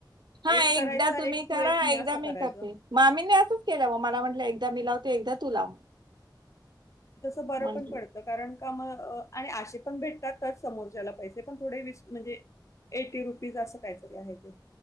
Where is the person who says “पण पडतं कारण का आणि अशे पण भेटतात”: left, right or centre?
Left